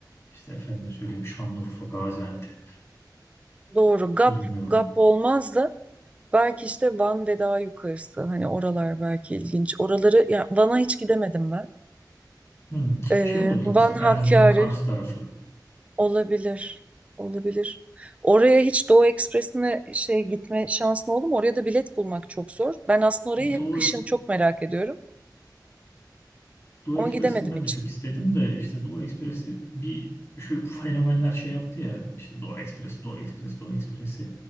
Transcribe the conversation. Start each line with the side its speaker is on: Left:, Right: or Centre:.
Left: işte efendime söyleyeyim Şanlıurfa, Gaziantep
Right: doğru Gap,
Left: bilmiyorum.
Right: Gap olmaz da belki işte Van ve daha yukarısı. Hani oralar belki ilginç. Oraları ya Van'a hiç gidemedim ben.
Left: Hmm.
Right: Ee,
Left: Şey olabilir
Right: Van
Left: mesela
Right: Hakkari
Left: Erzurum, Kars tarafı.
Right: olabilir. Olabilir. Oraya hiç Doğu Ekspresi'ne şey gitme şansın oldu mu? Oraya da bilet bulmak çok zor. Ben aslında orayı hep
Left: Doğu
Right: kışın çok merak ediyorum.
Left: Doğu
Right: Ama
Left: Ekspres'ini
Right: gidemedim
Left: ben
Right: hiç.
Left: de çok istedim de işte Doğu Ekspres'i bir şu fenomenler şey yaptı ya işte Doğu Ekspres, Doğu Ekspres, Doğu Ekspres'i